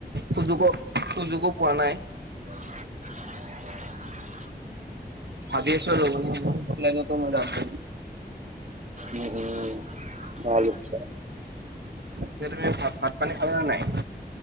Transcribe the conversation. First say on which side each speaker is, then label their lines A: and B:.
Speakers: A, on the right; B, on the right.
A: সুযোগো সুযোগো পোৱা নাই।
B: <inaudible>
A: <unintelligible>
B: উম উম ভালহৈছে।
A: এতিয়া ভাত ভাত পানী খাল নাই।